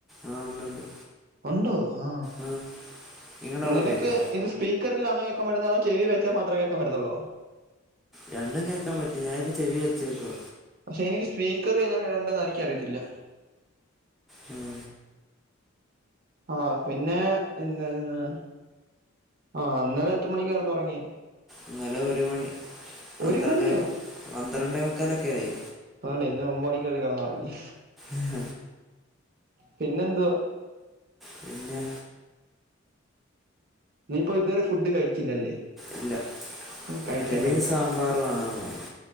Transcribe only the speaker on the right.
ഉണ്ടോ ആ
നിനക്ക്
ഇത് സ്പീക്കറിലാന്ന് കേൾക്കാൻപറ്റുന്നേ അതോ ചെവി വെച്ചാ മാത്രേ കേൾക്കാ പറ്റത്തള്ളോ
പക്ഷേ എനിക്ക് സ്പീക്കറ് എങ്ങനെ ഇടണ്ടേന്ന് എനിക്കറിയത്തില്ല
ആഹ് പിന്നെ എന്തൊന്നാ ആഹ് ഇന്നലെ എത്ര മണിക്കാ കിടന്നുറങ്ങിയേ
ഒരു മണിയോ
<unintelligible> ഇന്നലെ ഒമ്പത് മണിക്കെറ്റ കിടന്നുറങ്ങി
പിന്നെന്തുവാ
നീയിപ്പോ ഇതുവരെ ഫുഡ് കഴിച്ചില്ലല്ലേ
ഇനി കഴിക്കണ്ടേ
കുട്ടാ